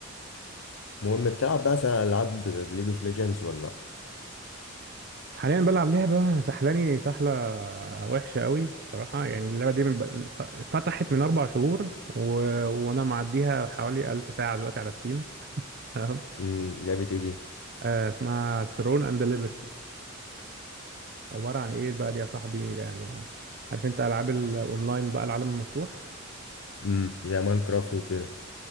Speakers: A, on the left; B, on the right.
A: المهم بتلعب بقى العاب غير ليج اوف ليجندز ولا لأ؟
B: حاليا بلعب لعبة سحلاني سحلة وحشة قوي بصراحة يعني اللعبة دي من ب... ف- فتحت من أربع شهور و... وأنا معديها حوالي ألف ساعة دلوقتي على ستيم <laughs> تمام؟
A: امم لعبة ايه دي
B: آه، اسمها ثرون أند ليبرتي عبارة عن إيه بقى دي يا صاحبي يعني عارف أنت ألعاب الأونلاين بقى العالم المفتوح
A: امم زي ماينكرافت وكده